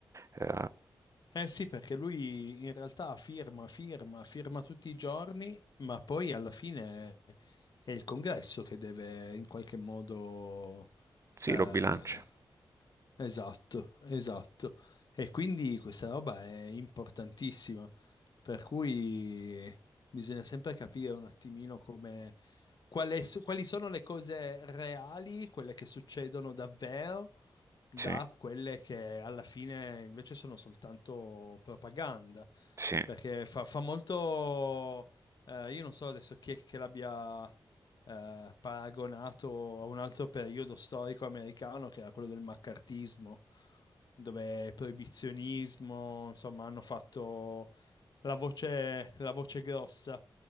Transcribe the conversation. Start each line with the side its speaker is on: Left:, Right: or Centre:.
Right: Eh,
Left: Eh sì, perché lui in realtà firma, firma, firma tutti i giorni, ma poi alla fine è il congresso che deve in qualche modo
Right: sì,
Left: eh,
Right: lo bilancia,
Left: Esatto, esatto. E quindi questa roba è importantissima, per cui bisogna sempre capire un attimino come, quale so- quali sono le cose reali, quelle che succedono davvero, da
Right: sì,
Left: quelle che alla fine invece sono soltanto propaganda.
Right: sì.
Left: Perché fa, fa molto... eh, io non so adesso chi è che l'abbia eh, paragonato a un altro periodo storico americano che era quello del maccartismo, dove proibizionismo, insomma, hanno fatto la voce, la voce grossa,